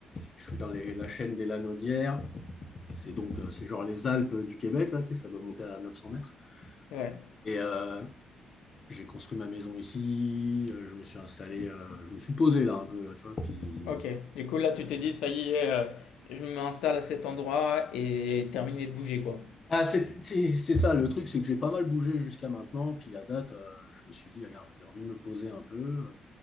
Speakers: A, on the left; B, on the left.
A: je suis dans les- la chaîne des Lanaudières. C'est donc, euh, c'est genre les Alpes du Québec, là, tu sais, ça doit monter à 900 mètres.
B: ouais,
A: Et euh, j'ai construit ma maison ici, euh, je me suis installé, euh, je me suis posé là un peu, là, tu vois. Puis...
B: ok. Du coup, là, tu t'es dit, ça y est, euh, je m'installe à cet endroit et terminé de bouger, quoi.
A: Ah, c'est c'est- c'est ça, le truc, c'est que j'ai pas mal bougé jusqu'à maintenant. Puis à date, euh, je me suis dit, regarde, j'ai envie de me poser un peu.